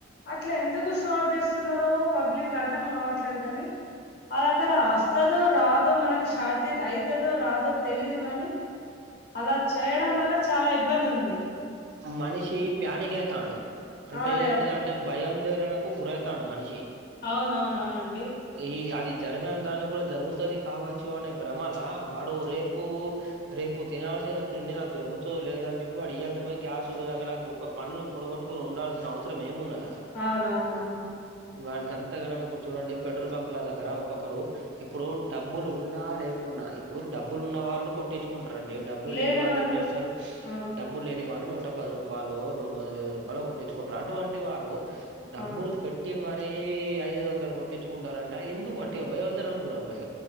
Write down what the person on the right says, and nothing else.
మనిషి పేనిక్ అయితడు అంటే
ఇంటిదంటే
భయందే కు గురవుతాడు మనిషి
ఈ అది జరగని దాన్ని కూడా జరుగుతుది కావచ్చు అనే భ్రమల వాడు రేపు రేపు తినాల్సిన నా తిండి నాకు దొరుకుత లేద అని చెప్పి వాడు ఇయాల గ్యాస్దగలా ఒక పనులు పొడగట్టుకుని ఉండాల్సిన అవసరం ఏము ఉన్నది
వాడికింతాగానం ఇప్పుడు చూడండి పెట్రోల్ బంక్ల దగ్గర ఒక్కొక్కరు ఇప్పుడు డబ్బులు ఉన్నా లేకున్నా ఇప్పుడు డబ్బులు ఉన్న వాళ్ళు కొట్టించుకుంట డబ్బు
లేనివాళ్లు
ఎం చేస్తారు.
డబ్బు వాళ్ళు నూట పది రూపాయలు రెండు వందల ఇవై రూపాయలు కొట్టించుకుంటారు అటువంటి వారు డబ్బును
పెట్టి మ ఐదు ఐదు వందలు కొట్టిచ్చుకుంటారంట ఎందుకు అట్టిగ <unintelligible>